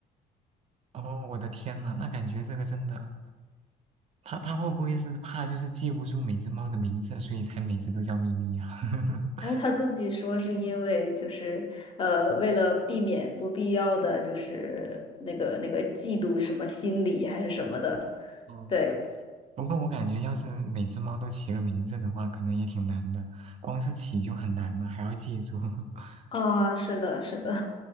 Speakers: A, on the right; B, on the left.
A: 哦，我的天呐，那感觉这个真的，他他会不会是怕就是记不住每只猫的名字，所以才每只都叫咪咪呀？<laughs>
B: 然后他自己说是因为就是呃，
A: 嗯
B: 为了避免不必要的就是那个那个嫉妒什么心理还是什么的，
A: 哦
B: 对
A: 不过我感觉，要是每只猫都起个名字的话，可能也挺难的。光是起就很难了，还要记住。<laughs>
B: 啊，是的，是的，